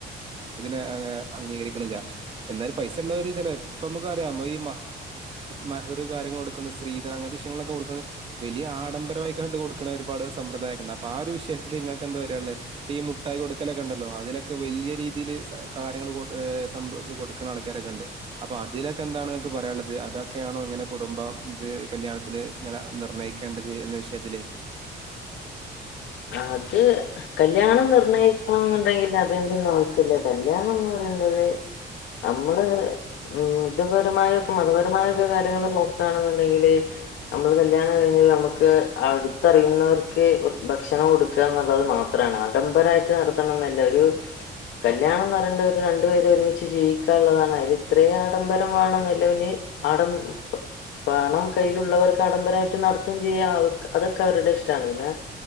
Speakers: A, on the right; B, on the left.
A: <unintelligible> അംഗീകരിക്കണില്ല. എന്നാലും പൈസ ഉള്ളവര് ചില ഇപ്പോ നമുക്ക് അറിയാം. ഈ മെഹർ കാര്യങ്ങള് കൊടുക്കുന്ന സ്ത്രീ അങ്ങനെത്തെ വിഷയ ങ്ങളൊക്കെ കൊടുക്കുന്നത് വലിയ ആഡംബരമായി കണ്ട് കൊടുക്കുന്ന ഒരുപാട് സമ്പ്രദായം ഒക്കെ ഉണ്ട്. അപ്പോ ആ, ഒരു വിഷയം നിങ്ങൾ ക്കെന്താ പറയാനുള്ളത്. ഇപ്പോ ഈ മുട്ടായി കൊടുക്കലൊക്കെ ഉണ്ടല്ലോ അതിലൊക്കെ വലിയ രീതിയിൽ കാര്യങ്ങൾ സംഭവകൊടുക്ക കൊടുക്കണ ആൾാരൊക്ക ഉണ്ട്. അപ്പോ അതിലൊക്കെ എന്താണ് ഇങ്ങക്ക് പറയാനുള്ളത് അതൊക്കെയാണോ ഇങ്ങനെ കുടുംബം കല്യാണത്തിന് ഇങ്ങനെ നിർണ്ണയിക്ക വക്കേണ്ടത് എന്ന വിഷയത്തില്.
B: അത്. കല്യാണം നിർണ്ണയിക്കണം എന്നുണ്ടെങ്കിൽ അതിന്റെ ഒന്നും ആവശ്യമില്ല. കല്യാണം എന്നുള്ളത് നമ്മൾ ഉം. മതപരമായക്കെ മതപരമായൊക്കെ കാര്യങ്ങളൾ നോക്കുകയാണെന്നുണ്ടെങ്കില് നമ്മൾ കല്യാണം കഴിഞ്ഞ നമുക്ക് അടുത്തറിയുന്നവർക്കെ ഭക്ഷണം കൊടുക്കാ എന്നുള്ളത് മാത്രാണ്. ആഡംബരായിട്ട് നടത്തണംന്ന്ല്ല. ഒരു കല്യാണം ന്ന് പറയണ്ട് ഒരു രണ്ടു പേര് ഒരുമിച്ച് ജീവിക്കാള്ളതാണ്. അതിൽ ഇത്രയും ആഡംബരം വേണംന്നില്ല. ഞ് ആഡം പ പണം കയ്യിലുള്ളവർക്ക് ആഡംബരായിട്ട് നടത്തും ചെയ്യാ. അവക് അതൊക്കെ അവരുടെ ഇഷ്ടാണ്. പിന്നെ